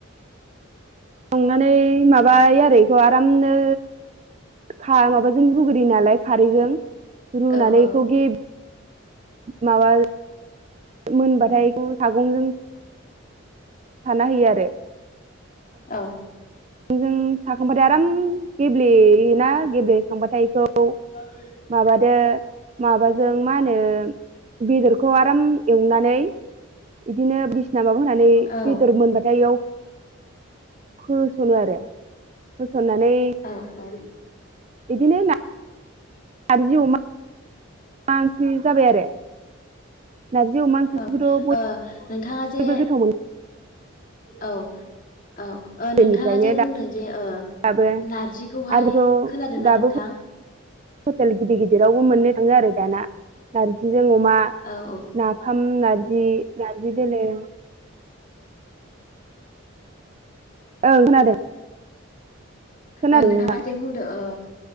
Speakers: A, on the right; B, on the left.
A: संनानै माबायो आरो बेखौ आरामनो गा माबाजों रुग्रोयो नालाय खारैजों रुनानै
B: औ औ
A: बेखौ गे माबा मोनबाथाय बेखौ सागंजों साना होयो आरो
B: औ।
A: सागंजों साखांबाथाय आराम गेब्लेयोना गेब्लेखांबाथाय इखौ
B: <inaudible>
A: माबादो माबाजों मा होनो बेदरखौ आराम एवनानै इदिनो बिस माबा होनानै
B: औ
A: बेदर मोनबाथाय इयाव होस'नो आरो होसननानै
B: औ औ
A: इदिनो नारजि अमा अमा ओंख्रि जाबाय आरो नारजि अमा ओंख्रिखौथ'
B: औ
A: बय
B: ओ नोंथाङा जे
A: जोबोर गोथाव मोन
B: औ औ
A: गोदोनिफ्रायनो
B: नोंथाङा जे बुंदों जे ओ
A: दाबो
B: नारजिखौहाय
A: आरो बेखौ
B: खोनादोंना
A: दाबो
B: नोंथां।
A: हटेल गिदिर गिदिरावबो मोननो थाङो आरो दाना नारजिजों अमा ना
B: औ औ
A: नाफाम नारजि नारजि दोलो ओं खोनादों। खोनादों
B: ओ नोंथाङा
A: नोंथां
B: जे बुंदो ओ